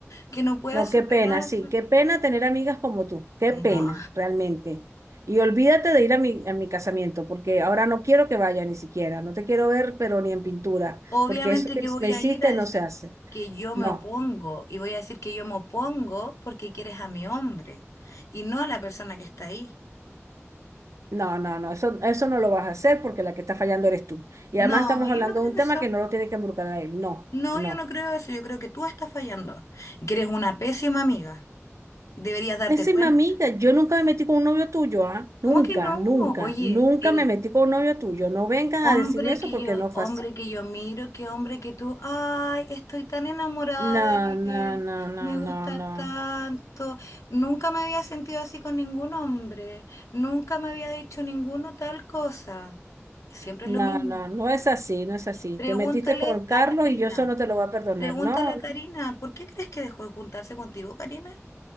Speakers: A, on the left (about 90°); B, on the right (about 85°).
A: que no puedas
B: No,
A: superar.
B: qué pena, sí, qué pena tener amigas como tú, qué
A: No,
B: pena, realmente. Y olvídate de ir a mi, a mi casamiento, porque ahora no quiero que vaya ni siquiera, no te quiero ver, pero ni en pintura,
A: obviamente
B: porque eso que
A: que voy
B: me hiciste
A: a ir a decir
B: no se hace.
A: que yo
B: No,
A: me opongo y voy a decir que yo me opongo porque quieres a mi hombre y no a la persona que está ahí.
B: no, no, no, eso, eso no lo vas a hacer porque la que está fallando eres tú. Y
A: No,
B: además estamos
A: yo
B: hablando
A: no creo
B: de un tema
A: eso.
B: que no lo tiene que embrucar a él, no,
A: No,
B: no.
A: yo no creo eso. Yo creo que tú estás fallando y que eres una pésima amiga. Deberías darte
B: Pésima
A: cuenta.
B: amiga, yo nunca me metí con un novio tuyo, ¿ah?
A: ¿Cómo
B: Nunca,
A: que no?
B: nunca,
A: Oye,
B: nunca
A: el,
B: me metí con un novio tuyo. No vengas
A: Hombre
B: a decirme eso
A: que
B: porque
A: yo,
B: no
A: hombre
B: fue así.
A: que yo miro, qué hombre que tú, ay, estoy tan enamorada
B: No,
A: de
B: no,
A: él,
B: no, no,
A: me
B: no,
A: gusta
B: no,
A: tanto. Nunca me había sentido así con ningún hombre, nunca me había dicho ninguno tal cosa. Siempre
B: no,
A: es lo mismo.
B: no, no es así, no es así.
A: Pregúntale
B: Te metiste con Carlos
A: a Karina,
B: y yo eso no te lo voy a perdonar.
A: pregúntale
B: No,
A: a
B: no.
A: Karina, ¿por qué crees que dejó de juntarse contigo, Karina?